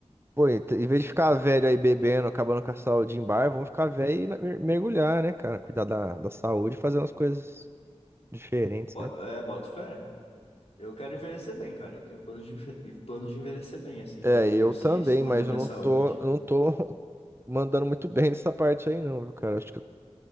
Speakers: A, on the right; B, on the left.
A: Pô, e t- em vez de ficar velho aí bebendo, acabando com a saúde em bar, vamos ficar velho e na- mer- mergulhar, né, cara? Cuidar da, da saúde, fazer umas coisas diferentes,
B: Po-
A: né?
B: É, boto fé. Eu quero envelhecer bem, cara. Eu tenho plano de, enve- plano de envelhecer bem, assim,
A: É,
B: fazer exercício,
A: eu também,
B: manter
A: mas
B: minha
A: eu não
B: saúde,
A: tô, eu não tô <laughs> mandando muito bem nessa parte aí, não, viu, cara? Acho que